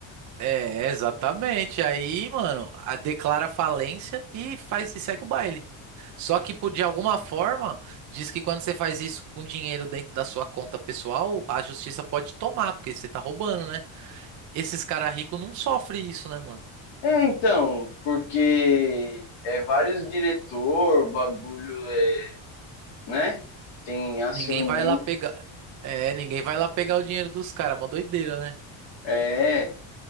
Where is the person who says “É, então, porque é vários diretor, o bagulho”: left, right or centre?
Left